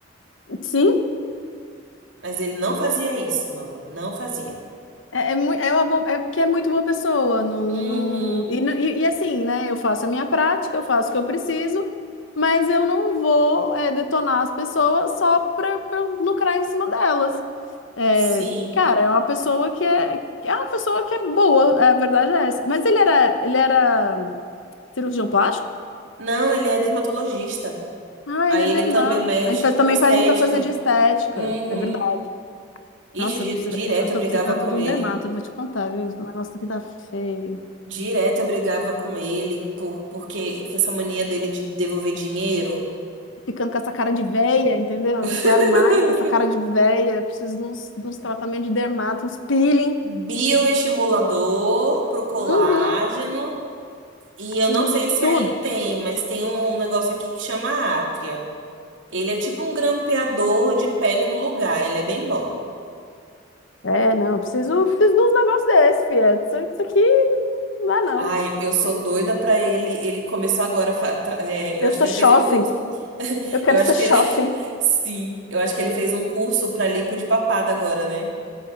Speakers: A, on the left; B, on the right.
A: Sim,
B: Mas ele não fazia isso, mano, não fazia.
A: É, é, mui- é uma boa, é porque é muito boa pessoa. Não,
B: Uhum,
A: não, e, não- e, e assim, né? Eu faço a minha prática, eu faço o que eu preciso, mas eu não vou é, detonar as pessoas só para lucrar em cima delas. É,
B: sim.
A: cara, é uma pessoa que é, que é uma pessoa que é boa, é, a verdade é essa. Mas ele era, ele era cirurgião plástico?
B: Não, ele é dermatologista.
A: Ah,
B: Aí
A: ele é
B: ele
A: dermato.
B: também mexe
A: Ele faz,
B: com
A: também
B: estética.
A: faz muita coisa de estética,
B: Uhum.
A: é verdade.
B: Ixi,
A: Nossa,
B: di-
A: eu precisa-
B: direto
A: eu tô
B: eu brigava
A: precisando
B: com
A: de um
B: ele.
A: dermato, eu vou te contar, viu? O negócio aqui tá feio.
B: Direto eu brigava com ele por, porque que essa mania dele de devolver dinheiro.
A: ficando com essa cara de véia, entendeu? Eu não quero
B: <laughs>
A: mais ter essa cara de véia. Eu preciso de uns, de uns tratamentos de dermato, uns peeling.
B: Bioestimulador pro colágeno.
A: Uhum,
B: E
A: preciso
B: eu não sei
A: de
B: se
A: tudo.
B: aí tem, mas tem um, um negócio aqui que chama átria. Ele é tipo um grampeador de pele no lugar. Ele é bem bom.
A: É, não, eu preciso, preciso de uns negócios desses, fia. Isso, isso aqui não dá, não.
B: Ai, eu sou doida pra ele. Ele começou agora. a fa- tra- é, eu
A: Eu
B: acho
A: sou
B: que ele
A: jovem.
B: fez um curso. <laughs>
A: Eu quero
B: Eu acho
A: ser
B: que.
A: jovem.
B: <laughs> Sim, eu acho que ele fez um curso pra lipo de papada agora, né?